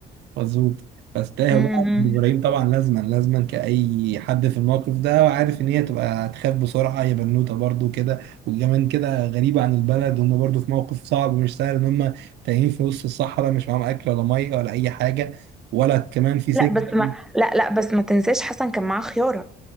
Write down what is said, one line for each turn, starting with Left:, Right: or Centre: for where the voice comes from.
Right: مظبوط بس تاهوا
Centre: امم
Right: بقى ابراهيم طبعا لازما لازما كأي حد في الموقف ده وعارف ان هي تبقى تخاف بسرعة هي بنوتة برضو كده وكمان كده غريبة عن البلد وهم برضو في موقف صعب مش سهل ان هم تايهين في وسط الصحراء مش معاهم اكل ولا مية ولا اي حاجة ولا كمان في سجن
Centre: لا بس ما لا لا بس ما تنساش حسن كان معاه خياره